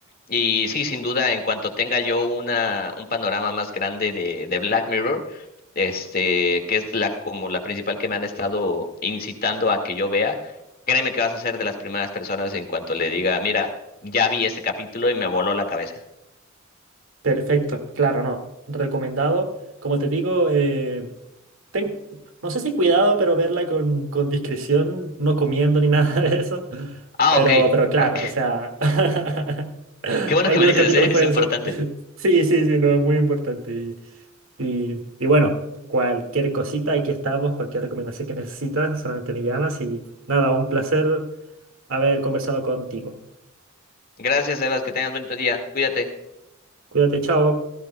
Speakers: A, on the left; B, on the right.
A: Y sí, sin duda, en cuanto tenga yo una, un panorama más grande de, de Black Mirror, este, que es la, como la principal que me han estado incitando a que yo vea, créeme que vas a ser de las primeras personas en cuanto le diga, mira, ya vi este capítulo y me voló la cabeza.
B: Perfecto, claro, no. Recomendado. Como te digo, eh, ten- no sé si cuidado, pero verla con, con discreción, no comiendo ni <laughs> nada de eso.
A: Ah,
B: Pero,
A: ok.
B: pero claro,
A: Ok,
B: o sea, <laughs>
A: Qué bueno
B: algunos
A: que me dices,
B: capítulos
A: ¿eh?
B: pueden
A: Es importante.
B: ser. Sí, sí, sí, no, es muy importante. Y, y, y bueno, cualquier cosita, aquí estamos, cualquier recomendación que necesitas, solamente me llamas y nada, un placer haber conversado contigo.
A: Gracias, Evas, que tengas bonito día. Cuídate.
B: Cuídate, chao.